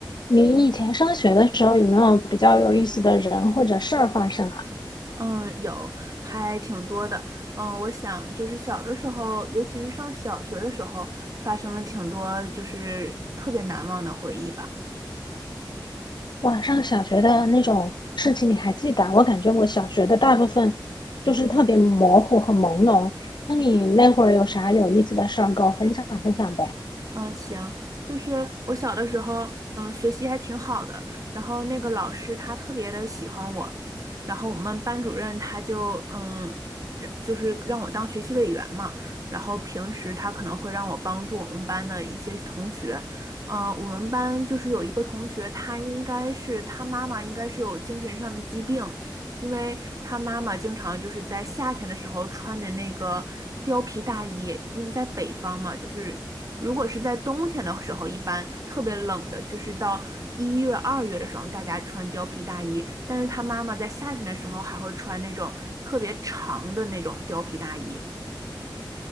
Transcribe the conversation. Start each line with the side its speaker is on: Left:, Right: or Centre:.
Left: 你以前上学的时候有没有比较有意思的人或者事儿发生啊？
Right: 嗯，有，还挺多的。嗯，我想就是小的时候，尤其是上小学的时候，发生了挺多就是特别难忘的回忆吧。
Left: 哇，上小学的那种事情你还记得啊我感觉我小学的大部分就是特别模糊和朦胧。那你那会儿有啥有意思的事儿跟我分享分享呗？
Right: 嗯，行，就是我小的时候，嗯，学习还挺好的，然后那个老师他特别的喜欢我，然后我们班主任他就，嗯，让就是让我当学习委员嘛，然后平时他可能会让我帮助我们班的一些同学，嗯，我们班就是有一个同学，他应该是他妈妈应该是有精神上的疾病，因为他妈妈经常就是在夏天的时候穿着那个貂皮大衣，因为在北方嘛，就是如果是在冬天的时候，一般特别冷的，就是到一月、二月的时候，大家穿貂皮大衣，但是他妈妈在夏天的时候还会穿那种特别长的那种貂皮大衣。